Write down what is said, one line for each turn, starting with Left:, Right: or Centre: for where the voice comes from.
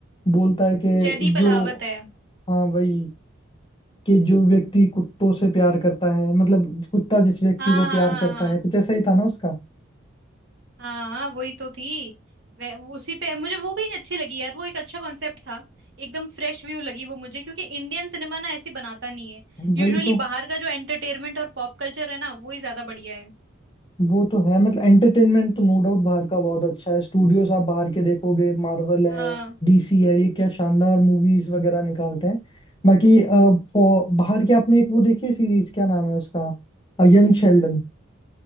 Left: बोलता है कि
Right: जयदीप
Left: जो
Right: अहलावत है
Left: हाँ भाई कि जो व्यक्ति कुत्तों से प्यार करता है मतलब कुत्ता जिस व्यक्ति
Right: हाँ
Left: को
Right: हाँ
Left: प्यार
Right: हाँ
Left: करता
Right: हाँ
Left: है कुछ ऐसा ही था ना उसका
Right: हाँ हाँ, वही तो थी वह उसी पे मुझे वो भी अच्छी लगी यार वो एक अच्छा कॉन्सेप्ट था एकदम फ्रेश व्यू लगी वो मुझे क्योंकि इंडियन सिनेमा ना ऐसी बनाता नहीं है
Left: वही
Right: यूजुअली
Left: तो
Right: बाहर का जो एंटरटेनमेंट और पॉप कल्चर है ना वो ही ज्यादा बढ़िया है
Left: वो तो है मतलब एंटरटेनमेंट तो नो डाउट बाहर का बहुत अच्छा है स्टूडियोज आप बाहर के देखोगे मार्वल है
Right: हाँ
Left: डीसी है ये क्या शानदार मूवीज वगैरह निकालते हैं बाकी अ, for- बाहर के आपने एक वो देखी सीरीज क्या नाम है उसका यंग शेल्डन